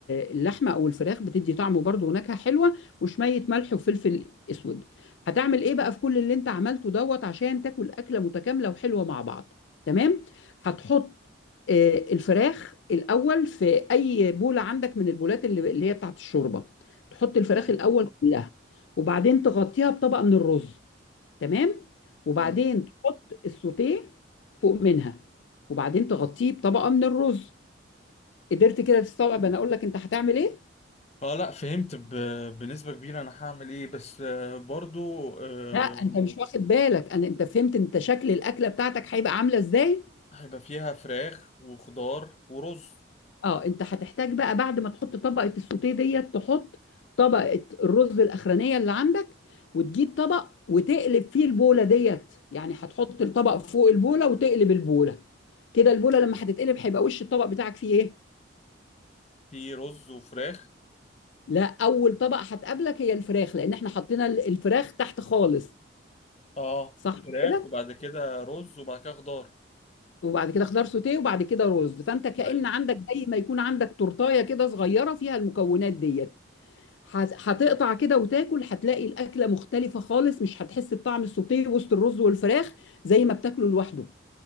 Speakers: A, on the left (about 70°); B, on the left (about 35°).
A: اللحمه او الفراخ بتدي طعم وبرده ونكهه حلوه وشويه ملح وفلفل اسود هتعمل ايه بقى في كل اللي انت عملته دوت عشان تاكل اكله متكامله وحلوه مع بعض تمام هتحط آه، الفراخ الاول في اي بوله عندك من البولات اللي اللي هي بتاعت الشوربه تحط الفراخ
B: تمام
A: الاول كلها وبعدين تغطيها بطبقه من الرز تمام وبعدين
B: اه
A: تحط السوتيه فوق منها وبعدين تغطيه بطبقه من الرز قدرت كده تستوعب انا اقول لك انت هتعمل ايه
B: اه لا فهمت ب... بنسبة كبيرة انا هعمل ايه بس آه، برضو آه،
A: لا انت مش واخد بالك انا انت فهمت انت شكل الاكله بتاعتك هيبقى عامله ازاي
B: هيبقى فيها فراخ وخضار ورز
A: اه انت هتحتاج بقى بعد ما تحط طبقه السوتيه ديت تحط طبقه الرز الاخرانيه اللي عندك وتجيب طبق وتقلب فيه البوله ديت يعني هتحط الطبق فوق البوله وتقلب البوله كده البوله لما هتتقلب هيبقى وش الطبق بتاعك فيه ايه
B: في رز وفراخ
A: لا اول طبق هتقابلك هي الفراخ لان احنا حطينا ال- الفراخ تحت خالص
B: اه
A: صح
B: فراخ
A: كده
B: وبعد كده رز وبعد كده خضار
A: وبعد كده خضار سوتيه وبعد كده رز فانت كأن
B: ايوه
A: عندك زي ما يكون عندك تورتايه كده صغيره فيها المكونات ديت هت- هتقطع كده وتاكل هتلاقي الاكله مختلفه خالص مش هتحس بطعم السوتيه وسط الرز والفراخ زي ما بتاكله لوحده